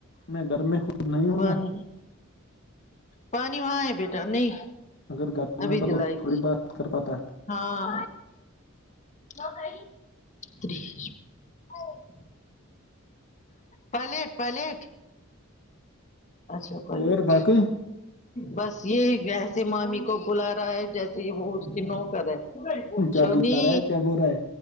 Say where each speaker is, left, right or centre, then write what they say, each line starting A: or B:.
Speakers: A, on the left (about 55°); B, on the left (about 35°).
A: میں گھر میں خود ہونا
B: کو نہیں پانی وہاں ہے بیٹا نہیں
A: اگر گھر میں
B: ابھی
A: ہوتا
B: د یلائے
A: تو تھوڑی
B: گی
A: بات کر پاتا
B: ہاں ن خ <unintelligible> پلیٹ پلیٹ اچھا
A: ہے۔
B: پلیٹ
A: اور باقی
B: بس یہی گیس سمامی کو بلا رہا ہے جیسے وہ اس کی نو کر ہے
A: کیا
B: چھونی
A: بلا رہا ہے کیا بول رہا ہے